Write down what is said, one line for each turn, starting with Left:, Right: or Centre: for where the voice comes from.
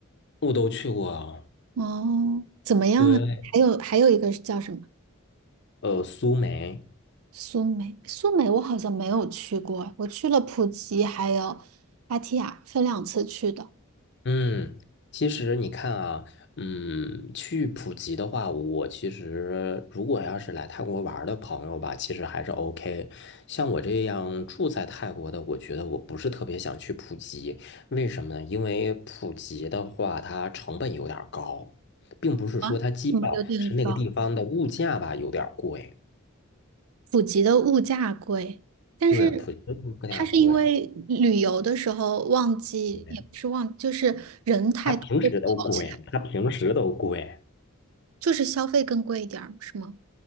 Left: 我都去过，
Right: 哦，怎么样啊？
Left: 对，
Right: 还有还有一个是叫什么？
Left: 呃，苏梅。
Right: 苏梅，苏梅我好像没有去过，我去了普吉还有芭提雅，分两次去的。
Left: 嗯，其实你看啊，嗯，去普吉的话，我其实如果要是来泰国玩儿的朋友吧，其实还是 OK。像我这样住在泰国的，我觉得我不是特别想去普吉，为什么呢？因为普吉的话，它成本有点儿高，并不是说它机票，
Right: 啊，怎么有点高。
Left: 是那个地方的物价吧有点儿贵。
Right: 普吉的物价贵，但是
Left: 对，普吉的物价贵，
Right: 它是因为旅游的时候旺季，
Left: 对，
Right: 也不是旺，就是人太多会吵起来，
Left: 它平时都贵，它平时都贵。
Right: 就是消费更贵一点儿，是吗？